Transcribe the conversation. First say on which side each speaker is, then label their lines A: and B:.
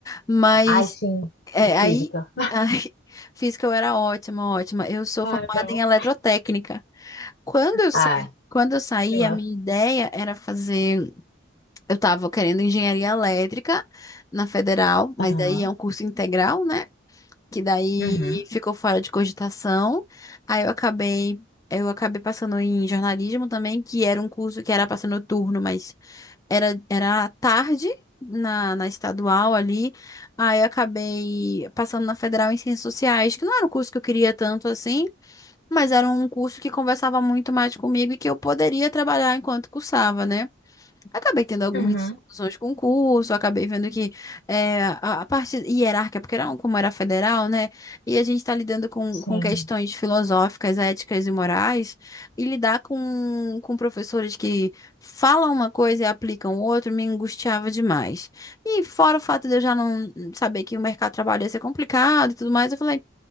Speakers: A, on the left (about 15°); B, on the left (about 55°).
A: Mas
B: Ai, sim.
A: é,
B: E física.
A: aí, ai, <laughs> física eu era ótima, ótima. Eu sou
B: Ah,
A: formada
B: não.
A: em eletrotécnica. Quando eu saí,
B: Ah,
A: quando eu saí,
B: que massa.
A: a minha ideia era fazer, eu estava querendo engenharia elétrica na federal, mas
B: Aham.
A: daí é um curso integral, né? Que daí
B: Uhum.
A: ficou fora de cogitação. Aí eu acabei, eu acabei passando em jornalismo também, que era um curso que era para ser noturno, mas era, era à tarde na, na estadual ali. Aí acabei passando na Federal em Ciências Sociais, que não era um curso que eu queria tanto assim, mas era um curso que conversava muito mais comigo e que eu poderia trabalhar enquanto cursava, né? Acabei tendo algumas
B: Uhum.
A: discussões com o curso, acabei vendo que é, a, a parte hierárquica, porque era, um- como era federal, né? E a gente está lidando com,
B: Sim.
A: com questões filosóficas, éticas e morais, e lidar com, com professores que falam uma coisa e aplicam outra me angustiava demais. E fora o fato de eu já não saber que o mercado de trabalho ia ser complicado e tudo mais, eu falei.